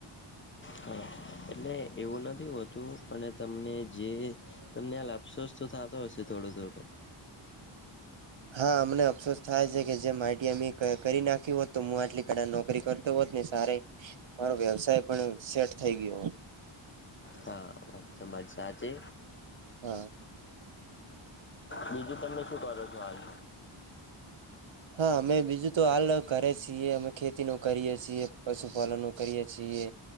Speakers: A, on the left; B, on the right.
A: હ એટલે એવું નથી, બતું પણ તમને જે તમને, આ લ આપશો શું થતો, હશે થોડો, થોડું.
B: હા, અમને અફસોસ થાય છે, કે જે માઇટી અમમે કરી નાખી હોત, તો હું આટલી કાળ નોકરી કરતો હોત ને સારે મારો વ્યવસાય પણ સેટ થઈ ગયો હોત
A: હા, તમજ. સાજે
B: હા.
A: બીજું, તમે શું કરો છો? હાલે
B: હા, મેં બીજું તો હાલ, કરે છીએ અમે ખે કરીયે છીએ, પશુપાલનો કરીયે છીએ.